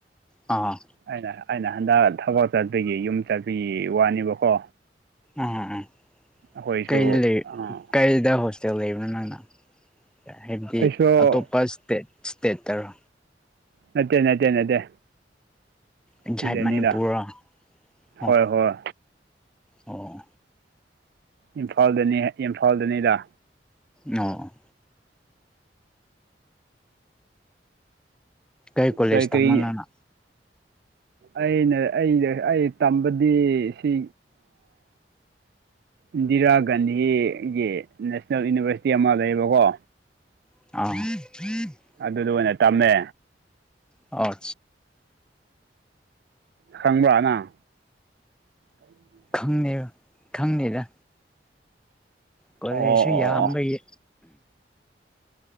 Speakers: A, in the centre; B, on the right (about 60°).
A: ꯑꯥ
B: ꯑꯩꯅ ꯑꯩꯅ ꯍꯟꯗꯛ ꯊꯕꯛ ꯆꯠꯄꯒꯤ ꯌꯨꯝ ꯆꯥꯕꯤꯒꯤ ꯋꯥꯅꯦꯕꯀꯣ
A: ꯎꯝ ꯎꯝ
B: ꯑꯩꯈꯣꯏꯁꯨ
A: ꯀꯩ ꯂꯩ
B: ꯑꯥ
A: ꯀꯔꯤꯗ ꯍꯣꯁꯇꯦꯜ ꯂꯩꯕꯅꯣ ꯅꯪꯅ ꯍꯥꯏꯕꯗꯤ
B: ꯑꯩꯁꯨ
A: ꯑꯇꯣꯞꯄ ꯏꯁꯇꯦꯠ ꯏꯁꯇꯦꯠꯇꯔꯣ
B: ꯅꯠꯇꯦ ꯅꯠꯇꯦ ꯅꯠꯇꯦ
A: ꯏꯟꯁꯥꯏꯠ
B: ꯁꯤꯗꯅꯤꯗ
A: ꯃꯅꯤꯄꯨꯔꯔꯣ ꯑꯣ
B: ꯍꯣꯏ ꯍꯣꯏ
A: ꯑꯣ
B: ꯏꯝꯐꯥꯜꯗꯅꯤ ꯏꯝꯐꯥꯜꯗꯅꯤꯗ
A: ꯑꯣ ꯀꯩ ꯀꯣꯂꯦꯖ
B: ꯀꯔꯤ ꯀꯔꯤ
A: ꯇꯝꯃꯅꯪꯅ
B: ꯑꯩꯅ ꯑꯩꯗ ꯑꯩ ꯇꯝꯕꯗꯤ ꯁꯤ ꯏꯟꯗꯤꯔꯥ ꯒꯥꯟꯙꯤꯒꯤ ꯅꯦꯁꯅꯦꯜ ꯌꯨꯅꯤꯚꯔꯁꯤꯇꯤ ꯑꯃ ꯂꯩꯌꯦꯕꯀꯣ
A: ꯎ ꯎ
B: ꯑꯗꯨꯗ ꯑꯣꯏꯅ ꯇꯝꯃꯦ
A: ꯑꯣ
B: ꯈꯪꯕ꯭ꯔꯅꯪ <inaudible>
A: ꯈꯪꯅꯤ ꯈꯪꯅꯤꯗ ꯀꯣꯂꯦꯖꯁꯨ
B: ꯑꯣ ꯑꯣ
A: ꯌꯥꯝꯕꯒꯤ
B: ꯑꯣ